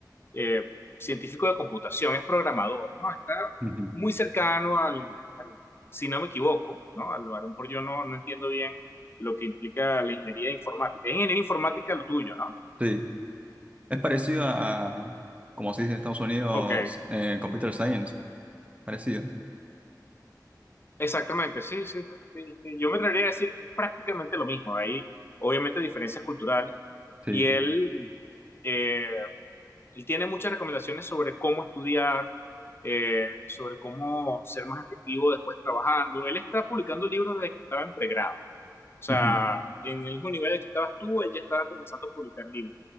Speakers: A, on the left; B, on the right.
A: eh, científico de computación, es programador, ¿no? Está
B: ujú,
A: muy cercano al, al- si no me equivoco, ¿no? A lo a lo mejor yo no, no entiendo bien lo que implica la ingeniería informática. Es ingeniería informática lo tuyo, ¿no?
B: sí. Es parecido a, como se dice en Estados Unidos,
A: Ok,
B: eh, Computer Science. Parecido.
A: Exactamente, sí, sí, sí, sí, sí. Yo me atrevería a decir prácticamente lo mismo. Hay obviamente diferencias culturales
B: Sí,
A: y él, eh, él tiene muchas recomendaciones sobre cómo estudiar, eh, sobre cómo ser más efectivo después trabajando. Él está publicando libros desde que estaba en pregrado. O sea,
B: ujú,
A: en el mismo nivel que estabas tú, él ya estaba comenzando a publicar libros.